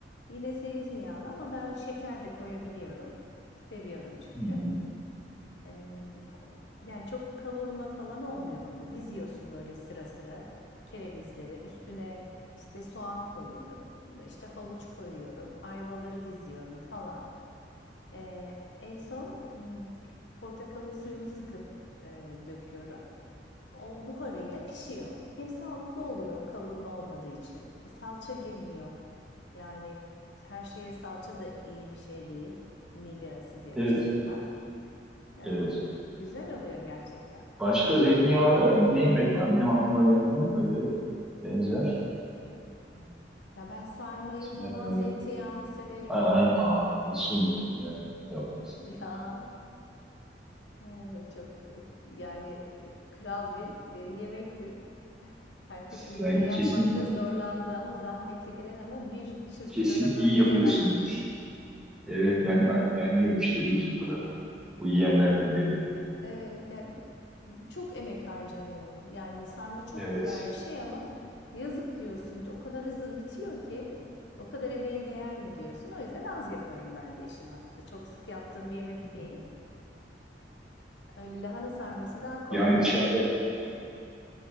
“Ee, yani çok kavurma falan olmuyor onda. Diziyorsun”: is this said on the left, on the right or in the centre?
Left